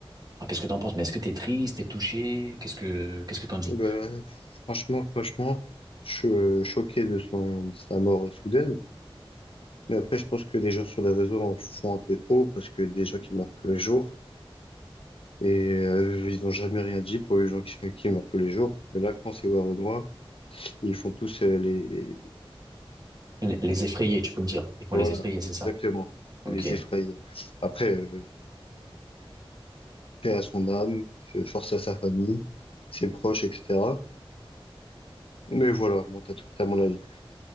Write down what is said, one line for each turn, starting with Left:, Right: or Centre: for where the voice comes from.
Right: Enfin, qu'est-ce que t'en penses? Mais est-ce que t'es triste, t'es touché? Qu'est-ce que qu'est-ce que t'en dis?
Left: Bah, franchement, franchement, je suis euh, choqué de son, de sa mort soudaine. Mais après, je pense que les gens sur les réseaux en font un peu trop parce que des gens qui meurent tous les jours et euh, ils n'ont jamais rien dit pour les gens qui, sont- qui meurent tous les jours. Mais là, quand c'est Warenois, ils font tous euh, les,
Right: Les les effrayés, tu peux me dire. Ils font
Left: Voilà,
Right: les effrayés, c'est
Left: exactement.
Right: ça? Ok.
Left: Les effrayer. Après, euh, paix à son âme, euh, force à sa famille, ses proches, etc. Mais voilà, moi, t'as tout à mon avis.